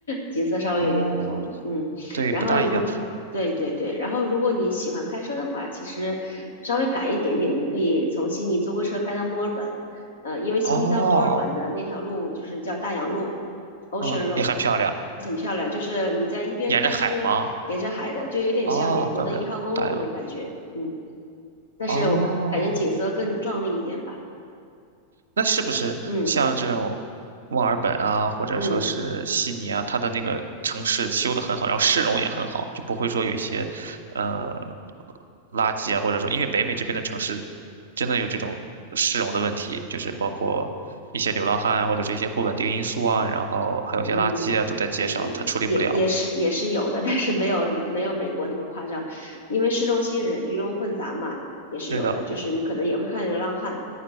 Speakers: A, on the left; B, on the right.
A: 景色稍微有点不同，
B: 哦，
A: 嗯，
B: 对，
A: 然后如，
B: 不大一样。
A: 对对对，然后如果你喜欢开车的话，其实稍微赶一点点，你可以从悉尼租个车开到墨尔本，呃，因为悉尼到墨尔本的那条路就是叫大洋路
B: 哦，
A: （Ocean
B: 嗯，
A: Road），
B: 也很漂亮，
A: 很漂亮，就是你在一边开车沿着海的，
B: 沿着海吗？
A: 就有点像美国的一号公路那种感觉，
B: 哦，怪不得大洋路。
A: 嗯，但是我感觉景色更壮丽一点吧，
B: 哦。那是不是像这种
A: 嗯
B: 墨尔本啊，或者说是悉尼啊，
A: 嗯。
B: 它的那个城市修得很好，然后市容也很好，就不会说有一些呃垃圾啊，或者说因为北美这边的城市真的有这种市容的问题，就是包括一些流浪汉啊或者是一些不稳定因素啊，然后还有一些垃圾啊都在街上，
A: 嗯，
B: 它处理不了。
A: 也也也是也是有的，但是没有没有美国那么夸张，因为市中心人鱼龙混杂嘛，也是有的，
B: 对的，
A: 就是你可能也会看流浪汉，